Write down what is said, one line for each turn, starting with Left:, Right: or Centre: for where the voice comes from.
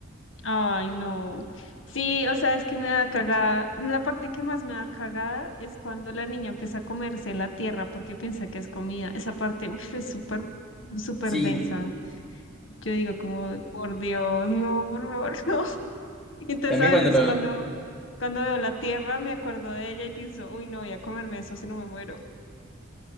Left: Ay no. Sí, o sea, es que me da cagada. La parte que más me da cagada es cuando la niña empieza a comerse la tierra porque piensa que es comida. Esa parte, uf, es súper, súper
Centre: Sí,
Left: densa. Yo digo como, por Dios, no, por favor, <laughs> no. Entonces
Centre: también
Left: a
Centre: cuando,
Left: veces
Centre: <laughs>
Left: cuando, cuando veo la tierra me acuerdo de ella y pienso, uy, no voy a comerme eso si no me muero.